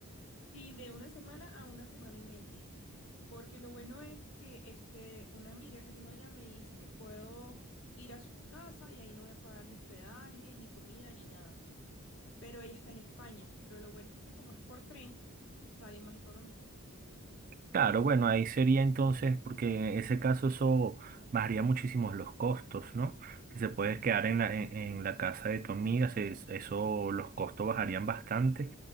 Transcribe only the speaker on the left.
Sí, de una semana a una semana y media. Porque lo bueno es que este, una amiga que tengo allá me dice que puedo ir a su casa y ahí no voy a pagar ni hospedaje, ni comida, ni nada. Pero ella está en España. Pero lo bueno es que como es por tren, sale más económico.
Sí.